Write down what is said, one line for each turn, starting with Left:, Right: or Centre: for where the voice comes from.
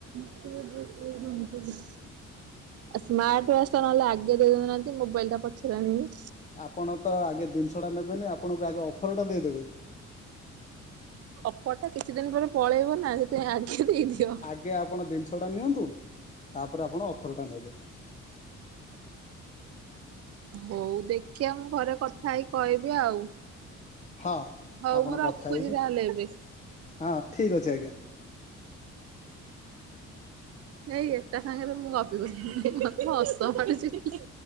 Right: ସେ ସେ ର <unintelligible> ସ୍ମାର୍ଟ୍ ୱାଚ୍ ନହଲେ ଆଗେ ଦେଇଦଉନାହାନ୍ତି ମୋବାଇଲ ଟା ପଛରେ ଆଣିବେ।
Left: ଆପଣ ତ ଆଗେ ଦିନିଷଟା ନେବେନି ଆପଣଙ୍କୁ ଆଗେ ଅଫ୍ରଟା ଦେଇଦେବେ।
Right: ଅଫର୍ ଟା କିଛି ଦିନ ପରେ ପଳେଇବ ନା ସେଥିପାଇଁ ଆଜି ଦେଇଦିଅ।
Left: ୟା ଆପଣ ଦିନ୍ ଷ ଟା ନିଅନ୍ତୁ, ତାପରେ ଆପଣ ଅଫର୍ ଟା ନେବେ।
Right: ହଉ ଦେଖିଆ ମୁଁ ଘରେ କଥା ହେଇକି କହିବି ଆଉ।
Left: ହଁ
Right: ହଉ
Left: ଆପଣ
Right: ମୁଁ
Left: କଥା
Right: ରଖୁଛି
Left: ହେଇକି
Right: ତାହେଲେ ଏବେ।
Left: ହଁ ଠିକ୍ ଅଛି ଆଜ୍ଞା।
Right: ହେଇ ଏଟା ସାଙ୍ଗରେ ମୁଁ ଗପି ପାରିବିନି ମତେ ହସ ମାଡୁଚି।